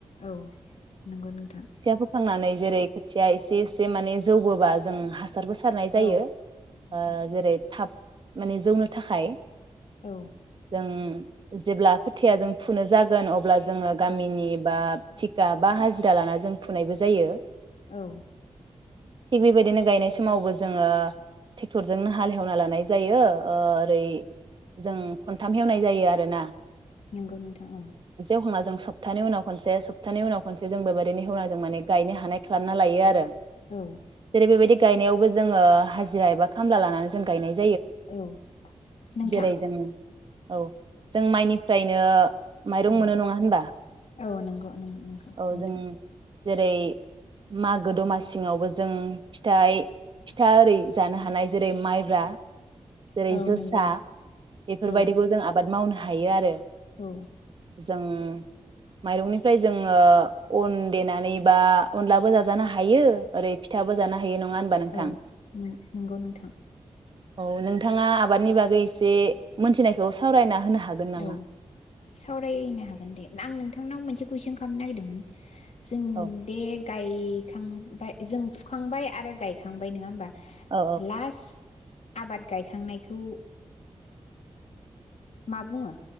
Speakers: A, on the left; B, on the right.
A: औ नंगौ नोंथां।
B: खोथिया फोखांनानै जेरै खोथिया एसे एसे माने जौबोबा जों हासारबो सारनाय
A: औ
B: जायो
A: नोंथां
B: ओ जेरै थाब माने जौनो थाखाय
A: औ।
B: ओम जेब्ला खोथाया जों फुनो जागोन अब्ला। जोङो
A: औ
B: गामिनि बा थिखा बा हाजिरा लाना जों फुनायबो जायो।
A: औ।
B: थिग बेबायदिनो गायनाय समावबो जोङो ट्रेक्टरजोंनो हाल हेवना लानाय जायो ओ ओरै जों खनथाम हेवनाय जायो आरोना!
A: नंगौ नोंथां औ।
B: दखाजों सप्तानि उनाव खनसे सप्तानि उनाव खनसे जों बेबायदिनो हेवनां जों माने गायनो हानाय खालामना लायो आरो।
A: औ
B: जेरै बे बेबायदि गायनायावबो जोङो हाजिरा एबा खामला लानानै जों गायनाय जायो।
A: औ नोंथां।
B: जेरै जों औ जों माइनिफ्रायनो माइरं
A: औ
B: मोनो नङा होनबा
A: औ नंगौ नंगौ नोंगौ
B: औ
A: नोंथां।
B: जों जेरै मागो दमासिङावबो जों फिथाय फिथा ओरै जानो हानाय जेरै माइब्रा जेरै
A: औ
B: जोसा
A: नंगौ
B: बेफोरबायदिखौ
A: औ
B: जों आबाद मावनो हायो। हायो आरो।
A: औ।
B: जों माइरंनिफ्राय जोङो अन देनानै बा अनलाबो जाजानो हायो ओरै फिथाबो जानो हायो। नङा होनबा नोंथां
A: औ नों नंगौ नोंथां।
B: औ नोंथाङा आबादनि बागै एसे मोनथिनायखौ सावरायना होनो हागोन। नामा?
A: औ सावरायना। हागोन दे आं नोंथांनाव मोनसे कुइसन खालामनो नागिरदोंमोन। जों
B: औ
A: दे गायखांबाय जों फुखांबाय आरो गायखांबाय नङा होमबा।
B: औ
A: लास आबाद गायखांनायखौ माबुङो